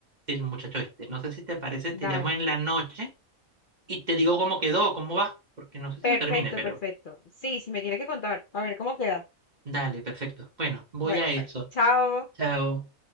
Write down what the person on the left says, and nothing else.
dale.
Perfecto,
perfecto. Sí, sí me tiene que contar. A ver cómo queda.
Bueno,
pues. Chao.